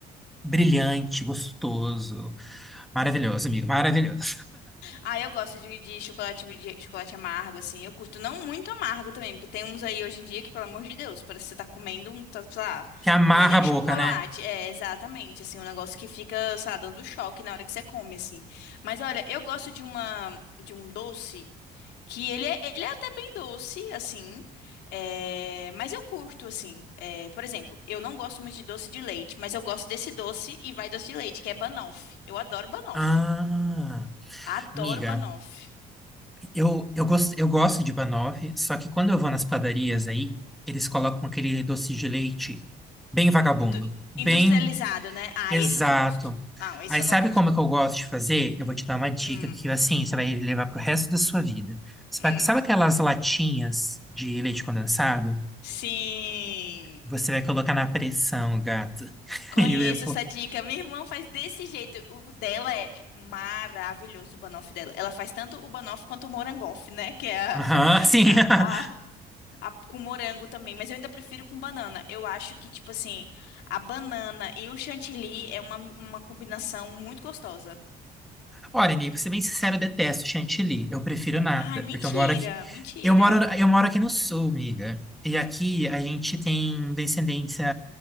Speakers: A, in the centre; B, on the left.
A: brilhante, gostoso. Maravilhoso, amigo, maravilhoso.
B: Ah, eu gosto de, de chocolate, de chocolate amargo, assim. Eu curto não muito amargo também, porque tem uns aí hoje em dia que, pelo amor de Deus, parece que você tá comendo um, tá, sei lá,
A: Que amarra
B: não é nem
A: a boca,
B: chocolate.
A: né?
B: É, exatamente, assim, um negócio que fica, sei lá, dando choque na hora que você come, assim. Mas olha, eu gosto de uma, de um doce que ele é, ele é até bem doce, assim, é, mas eu curto, assim. É, por exemplo, eu não gosto muito de doce de leite, mas eu gosto desse doce e vai doce de leite, que é banoffee. Eu adoro banoffee.
A: Ah,
B: Adoro
A: amiga,
B: banoffee.
A: eu, eu, gosto, eu gosto de banoffee, só que quando eu vou nas padarias aí, eles colocam aquele doce de leite bem vagabundo,
B: Indu-
A: bem
B: industrializado, né? Ah,
A: exato.
B: esse eu não gosto. Não, esse
A: Aí
B: eu
A: sabe
B: não gosto.
A: como é que eu gosto de fazer? Eu vou te dar uma dica
B: Hum,
A: que, assim, você vai levar pro resto da sua vida. Você
B: hum.
A: vai- sabe aquelas latinhas de leite condensado?
B: Sim.
A: Você vai colocar na pressão, gato. <laughs>
B: Conheço
A: E eu
B: essa dica. Minha irmã faz desse jeito. O dela é maravilhoso, o banoffee dela. Ela faz tanto o banoffee quanto o morangoff, né? Que é a,
A: Aham,
B: <laughs>
A: sim. <laughs>
B: a- a- a- com morango também. Mas eu ainda prefiro com banana. Eu acho que, tipo assim, a banana e o chantilly é uma, uma combinação muito gostosa.
A: Olha, amigo, pra ser bem sincero, eu detesto chantilly. Eu prefiro nata,
B: Ai, mentira,
A: porque eu moro aqui.
B: mentira.
A: Eu moro, eu moro aqui no sul, amiga. E aqui a gente tem descendência